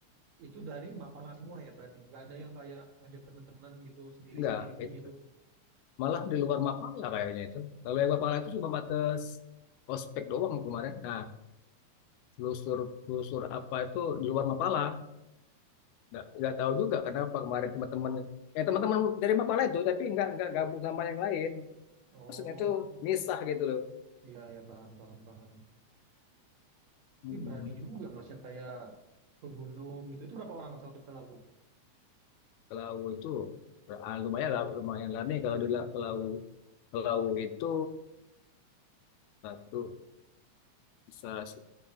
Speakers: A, on the right; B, on the left.
A: Itu dari Mapala semua ya berarti? Nggak ada yang kayak ngajak teman-teman gitu sendiri-sendiri
B: Enggak, itu
A: gitu.
B: malah di luar Mapala kayaknya itu. Kalau yang Mapala itu cuma batas ospek doang kemarin. Nah, telusur telusur apa itu di luar Mapala. nggak nggak tahu juga kenapa kemarin teman-teman yang teman-teman dari Mapala itu tapi nggak nggak gabung sama yang lain
A: Oh,
B: maksudnya tuh misah gitu loh
A: iya ya paham paham paham. Tapi
B: Mm-mm.
A: berani juga Mas ya kayak ke gunung gitu. Itu berapa orang Mas waktu ke Lawu?
B: Kalau itu ah, lumayan lah lumayan lama kalau dulu kalau kalau itu satu bisa se-